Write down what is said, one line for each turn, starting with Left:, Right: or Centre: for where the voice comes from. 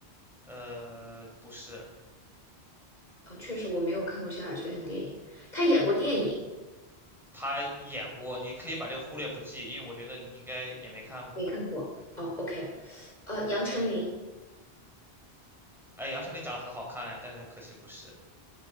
Centre: 呃，不是，
Left: 哦，确实我没有看过萧亚轩的电影，她演过电影，
Centre: 她演过，你可以把这个忽略不计，因为我觉得你应该也没看过。
Left: 没看过。哦，OK，呃，杨丞琳，
Centre: 哎，杨丞琳长得很好看，哎但是可惜不是。